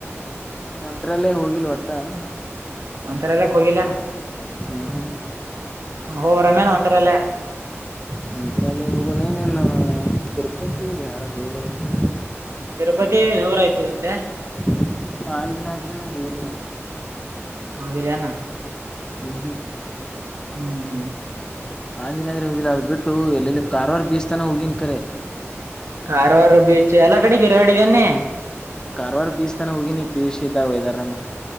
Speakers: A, on the left; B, on the right.
A: ಸುಮ ಮಂತ್ರಾಲಯ ಹೋಗಿಲ್ಲ ಒಟ್ಟ. <inaudible>
B: ಮಂತ್ರಾಲಯಕ್ ಹೋಗಿಲ್ಲ ಏನ್. <inaudible>
A: ಹ್ಮ ಹ್ಮ. <inaudible>
B: ಹೋಗ ಬರೋಣ ಏನ್ ಮಂತ್ರಾಲಯ. <inaudible>
A: ಮಂತ್ರಾಲಯ ಹೋಗೋಣ ಏನ್ ಏನ್ ತಿರುಪತಿ ಬ್ಯಾಳ ದೂರ ಹೋಗ <inaudible>
B: ತಿರುಪತಿ ದೂರಾಯಯ್ತದಂತೆ. <inaudible>
A: <inaudible> ಸುಮ್ನ ಆಂಜನೇಯದ್ರಿಗೆ ಹೋಗಿಲ್ಲ ನಾ ಇನ್ನ.
B: ಹೋಗಿಲ್ಲ ಏನ್. <inaudible>
A: ಹ್ಮ್ ಹೂ. <inaudible>
B: ಹ್ಮ್ ಹ್ಮ್. <unintelligible>
A: ಆಂಜನಾದ್ರಿ ಹೋಗಿಲ್ಲ ಅದ್ ಬಿಟ್ಟು ಎಲ್ಲೆಲ್ಲಿ ಕಾರವಾರ ಬೀಚ್ ತನಾ ಹೋಗಿನ್ ಕರೆ.
B: ಕಾರವಾರ ಬೀಚ್ ಎಲ್ಲಾ ಕಡೆ ತಿರಗ್ಯಾಡಿದಿ ಏನ್ ನೀ.
A: ಕಾರವಾರ ಬೀಚ್ ತನ ಹೋಗೀನಿ ಪಿಯುಸಿ ಇದಾಗ ವೈದಾರ್ ನಮನ. <inaudible>